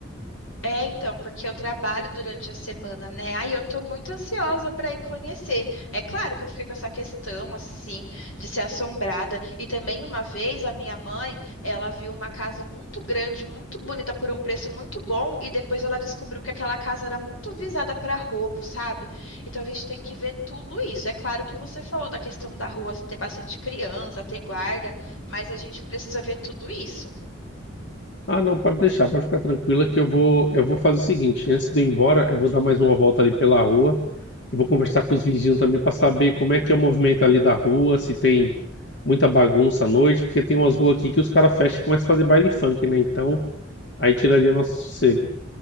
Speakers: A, on the left; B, on the left.
A: É, então, porque eu trabalho durante a semana, né? Aí eu tô muito ansiosa para ir conhecer. É claro que eu fiquei com essa questão, assim, de ser assombrada. E também uma vez a minha mãe, ela viu uma casa muito grande, muito bonita, por um preço muito bom, e depois ela descobriu que aquela casa era muito visada para roubo, sabe? Então a gente tem que ver tudo isso. É claro que você falou da questão da rua ter bastante criança, ter guarda, mas a gente precisa ver tudo isso.
B: Ah, não, pode deixar, pode ficar tranquila que eu vou, eu vou fazer o seguinte, antes de eu ir embora, eu vou dar mais uma volta ali pela rua e vou conversar com os vizinhos também para saber como é que é o movimento ali da rua, se tem muita bagunça à noite, porque tem umas ruas aqui que os caras fecham e começam a fazer baile funk, né? Então, aí tiraria nosso sossego.